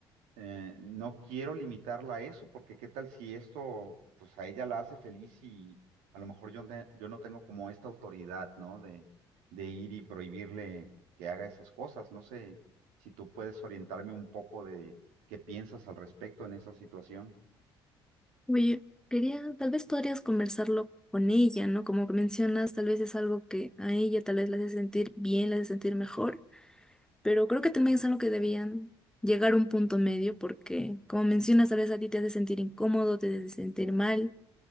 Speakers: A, on the right; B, in the centre.
A: eh, no quiero limitarla a eso, porque qué tal si esto, pues a ella la hace feliz y a lo mejor yo, ne- yo no tengo como esta autoridad, ¿no? De, de ir y prohibirle que haga esas cosas. No sé si tú puedes orientarme un poco de qué piensas al respecto en esa situación.
B: Oye, quería, tal vez podrías conversarlo con ella, ¿no? Como que mencionas, tal vez es algo que a ella tal vez la hace sentir bien, la hace sentir mejor, pero creo que también es algo que debían llegar a un punto medio porque, como mencionas, tal vez a ti te hace sentir incómodo, te hace sentir mal.